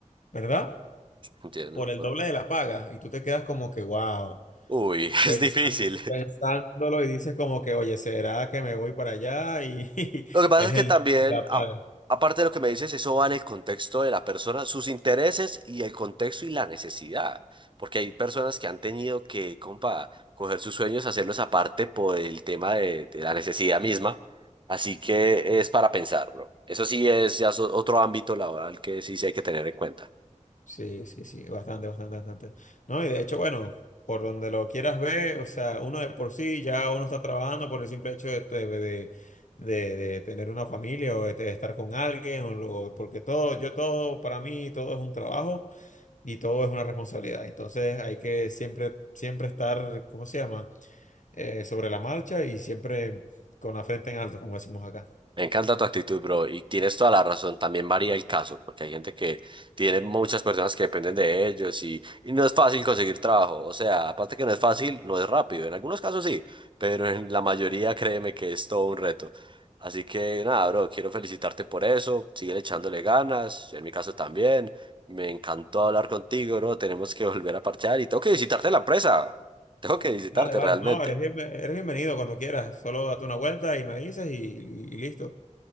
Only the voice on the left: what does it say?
¿verdad?
Por el doble de la paga, y tú te quedas como que, wow,
pensando,
pensándolo y dices como que, oye, ¿será que me voy para allá? Y <laughs>
es
el
doble de la
paga.
Sí, sí, sí, bastante, bastante, bastante. No, y de hecho, bueno, por donde lo quieras ver, o sea, uno de por sí ya uno está trabajando por el simple hecho de, de, de- de- de tener una familia o de, de estar con alguien, o lo- porque todo, yo todo, para mí, todo es un trabajo y todo es una responsabilidad. Entonces hay que siempre, siempre estar, ¿cómo se llama? Eh, sobre la marcha y siempre con la frente en alto, como decimos acá.
Vale, vale,
no, eres bienve- eres bienvenido cuando quieras. Solo date una vuelta y me dices y y listo.